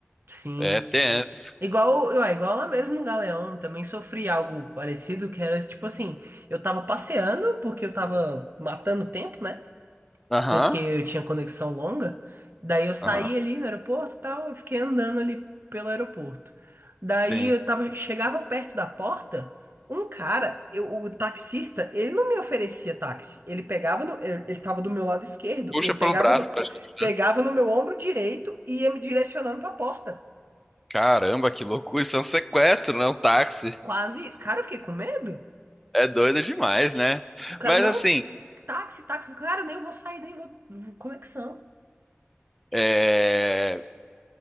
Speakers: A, on the right; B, in the centre.
A: Sim.
B: É tenso.
A: Igual, ué, igual lá mesmo no Galeão, também sofri algo parecido, que era tipo assim, eu tava passeando porque eu tava matando tempo, né?
B: Aham.
A: Porque eu tinha conexão longa. Daí eu saí
B: Aham.
A: ali no aeroporto e tal, eu fiquei andando ali pelo aeroporto. Daí
B: Sim.
A: eu tava, chegava perto da porta, um cara, eu- o taxista, ele não me oferecia táxi. Ele pegava no, ele, ele tava do meu lado esquerdo,
B: Puxa
A: ele
B: pelo
A: pegava
B: braço,
A: no,
B: praticamente.
A: pegava no meu ombro direito e ia me direcionando pra porta.
B: Caramba, que loucura! Isso é um sequestro, não é um táxi.
A: Quase isso. Cara, eu fiquei com medo.
B: É doido demais, né?
A: O cara,
B: Mas
A: não,
B: assim,
A: táxi, táxi. Cara, nem vou sair, nem vou. vou- Conexão.
B: é,